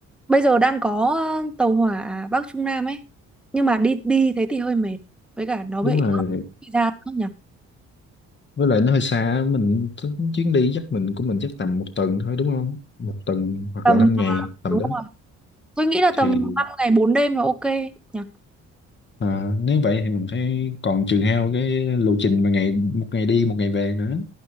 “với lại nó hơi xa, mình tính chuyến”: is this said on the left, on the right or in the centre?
Left